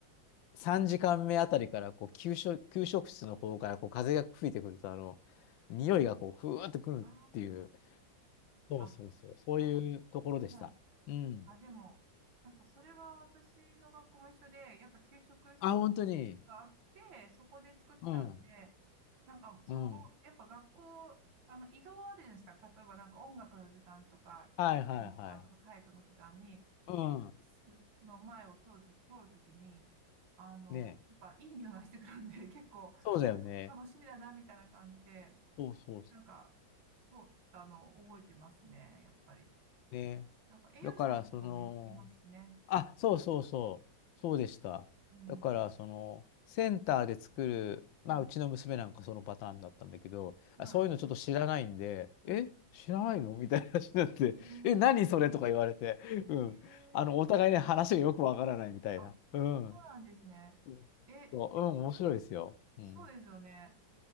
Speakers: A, on the left; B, on the right.
A: 3時間目あたりからこう給食、給食室の方からこう風が吹いてくるとあの匂いがこうふわーってくるっていう
B: あ
A: そうそうそうそそういうところでした。
B: あ、あ、あはい。
A: うん。
B: あ、でも、なんかそれは私の学校も一緒で、やっぱ給食室
A: あ、本当に。
B: があって、そこで作ってたんで、
A: うん。
B: なんか、その、
A: うん。
B: やっぱ学校、あの、移動あるじゃないですか。例えばなんか音楽の時間とか、
A: はいはいはい。
B: なんとか体育の時間に、
A: うん。
B: 給食室の前を通るとき、通るときに、あの、
A: ねえ
B: やっぱいい匂いがしてくるんで、<laughs> 結構
A: そうだよね。
B: 楽しみだな、みたいな感じで、
A: そうそうそ
B: なんか、通ったのを覚えてますね、やっぱり。
A: う。ねえ
B: なんか栄養士さんとかもい、
A: だからその
B: いますしね。
A: あ、そうそうそう。そうでした。
B: うん。
A: だから、
B: う
A: その、センターで作る、まあ、
B: ん。
A: うちの娘なんかそのパターンだったんだけど、
B: はい。
A: あ、そういうのちょっと知らないんで、え、
B: うん。
A: 知らないのみたいな話になって、
B: うん
A: え、何それとか言われて、うん。
B: えー、
A: あの、お互いね、話がよくわからないみたいな。
B: あ、
A: うん。
B: そうなんですね。
A: うんそう、
B: え、でも
A: うん、面白いですよ。うん。
B: そうですよね。